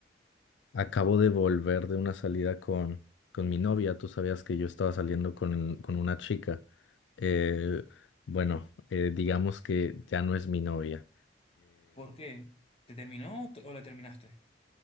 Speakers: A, on the left; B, on the left.
A: acabo de volver de una salida con, con mi novia. Tú sabías que yo estaba saliendo con, con una chica. Eh, bueno, eh, digamos que ya no es mi novia.
B: ¿Por qué? ¿Te terminó o, te- o la terminaste?